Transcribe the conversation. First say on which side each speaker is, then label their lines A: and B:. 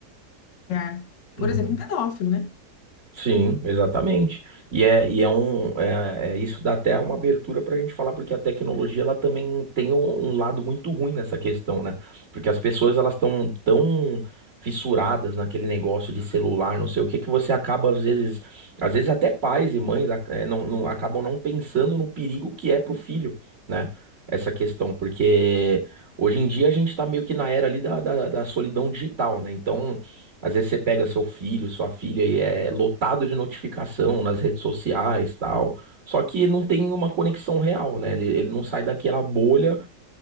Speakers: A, on the left; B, on the right.
A: familiar, por
B: uhum.
A: exemplo, um pedófilo, né?
B: Sim, exatamente. E é, e é um é, é- isso dá até uma abertura para a gente falar, porque a tecnologia ela também tem um, um lado muito ruim nessa questão, né? Porque as pessoas elas estão tão fissuradas naquele negócio de celular, não sei o que, que você acaba às vezes, às vezes até pais e mães ac- é, não, não- acabam não pensando no perigo que é pro filho, né? Essa questão, porque hoje em dia a gente tá meio que na era ali da, da, da solidão digital, né? Então às vezes você pega seu filho, sua filha e é lotado de notificação nas redes sociais, tal. Só que não tem uma conexão real, né? Ele, ele não sai daquela bolha